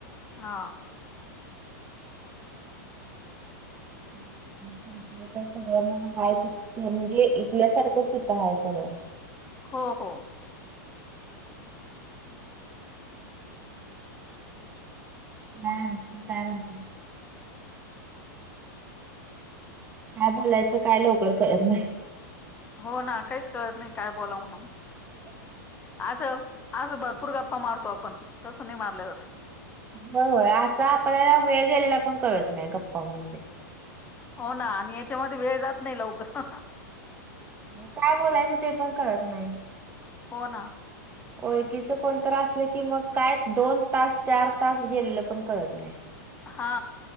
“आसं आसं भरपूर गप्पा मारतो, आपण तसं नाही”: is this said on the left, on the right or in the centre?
Left